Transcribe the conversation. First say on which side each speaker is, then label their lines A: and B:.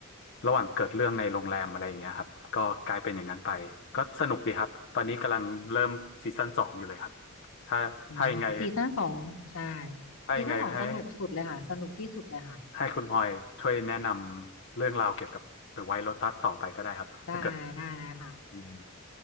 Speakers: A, on the left; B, on the left.
A: ระหว่างเกิดเรื่องในโรงแรมอะไรอย่างเงี้ยครับก็กลายเป็นอย่างนั้นไปก็สนุกดีครับตอนนี้กำลังเริ่มซีซั่นสองอยู่เลยครับถ้าถ้ายังไง
B: อืมซีซั่นสองใช่
A: ถ้ายังไงให้
B: ซีซั่นสองสนุกสุดเลยค่ะสนุกที่สุดเลยค่ะ
A: ให้คุณออยช่วยแนะนำเรื่องราวเกี่ยวกับ The White Lotus ต่อไปก็ได้ครับถ้าเกิด
B: ได้ได้เลยค่ะ
A: อืม